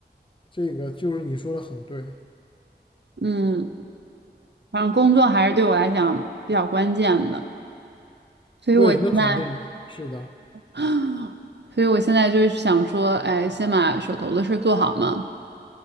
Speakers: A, on the left; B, on the right.
A: 这个就是你说的很对，
B: 嗯，反正工作还是对我来讲比较关键的，所以我现在，
A: 对，那肯定是的，
B: <gasps> 所以我现在就是想说，哎，先把手头的事儿做好嘛，